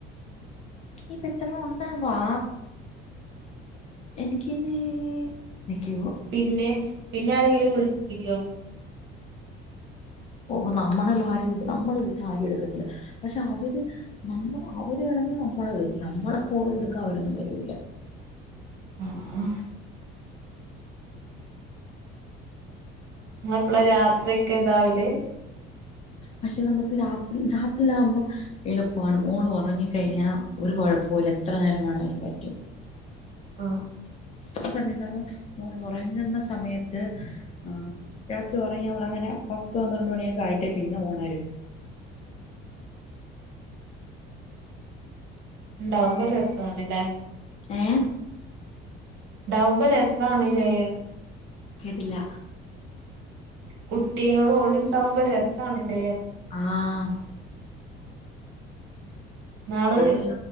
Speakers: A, on the left; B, on the right.
A: ഇനിപ്പ എത്രണോ ഒണ്ടാ ന്ന്വാ എനിക്കിനി നീ എനിക്കൂ
B: പിന്നെ പിന്നാരെങ്കിലും വിളിച്ചിന്നോ
A: ഓ നമ്മളന്നു ആരും നമ്മള് വിളിച്ച ആരു എട്ക്കത്തില്ല പഷെ അവര് നമ്മള് അവര് കെടന്ന് നമ്മള വിളിക്ക് നമ്മള കോളെടുക്കാ അവരൊന്നും വരൂല്ല
B: അഹാ നിങ്ങളെപ്പള രാത്രിയക്കെ ഇതാവല്
A: പഷെ നമക്ക് രാത്രി രാത്രിലാമ്പം എളുപ്പാണ് മോളൊറങ്ങി കയ്ഞ്ഞാ ഒര് കൊഴപ്പോല എത്ര നേരം വെണോങ്കിലും പറ്റും
B: ആഹ്
A: ആ സമയ്ത്താവാ മോളൊറങ്ങ്ന്ന സമയത്ത് ആഹ രാത്രി ഒറങ്ങിയ അവളങ്ങനെ പത്ത് പന്ത്രണ്ട് മണിയെക്കായ്ട്ടേ പിന്ന ഓണരു
B: ഇണ്ടാവ്മ്പ രസാണ്ല്ലെ
A: ഏഹ്
B: ഇണ്ടാവ്മ്പ രസാണ്ല്ലേന്ന്
A: കേട്ടില്ല
B: കുട്ടിള് ഓല് ഇണ്ടാവ്മ്പ രസാണ്ല്ലേ
A: ആഹ്
B: ഇന്നാള്
A: അതൊര്